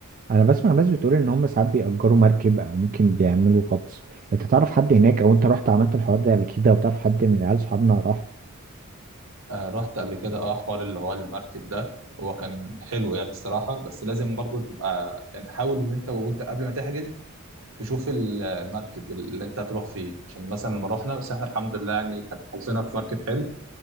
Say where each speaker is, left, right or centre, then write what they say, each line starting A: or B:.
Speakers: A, on the right (about 40°); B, on the right (about 65°).
A: انا بسمع ناس بتقول ان هم ساعات بيأجروا مركب او ممكن بيعملوا غطس انت تعرف حد هناك او انت رحت عملت الحوار ده قبل كده او تعرف حد من عيال صحابنا راح
B: آه رحت قبل كده اه حوار اللي هو المركب ده هو كان حلو يعني الصراحة بس لازم برضه تبقى يعني حاول ان انت وانت قبل ما تحجز تشوف المركب اللي انت هتروح فيه عشان مثلا لما رحنا بس احنا الحمد لله يعني كان حظنا في مركب حلو